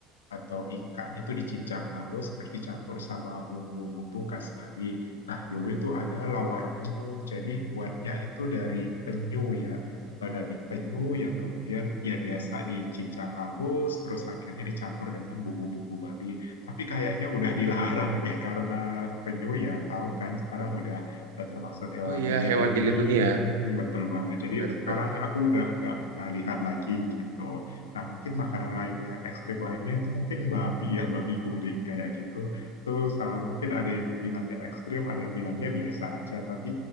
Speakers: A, on the left; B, on the right.
A: atau ikan itu dicincang halus terus dicampur sama bumbu-bumbu khas Bali. Nah, dulu itu ada lawar penyu. Jadi buatnya itu dari penyu ya eh, daging penyu yang kemudian ya biasa dicincang halus terus akhirnya dicampur dengan bumbu-bumbu Bali. Tapi kayaknya udah dilarang deh karena penyu ya tahu kan sekarang udah eh, termasuk hewan
B: Oh iya
A: dilindungi.
B: hewan dilindungi ya.
A: Mm-mm, betul banget. Jadi
B: Bener-bener.
A: sekarang aku udah nggak pernah lihat lagi gitu. Nah mungkin makanan lain yang ekstrim lainnya itu mungkin babi ya babi guling kayak gitu. Tuh salah mungkin ada yang bilangnya ekstrim, ada yang bilangnya biasa aja. Tapi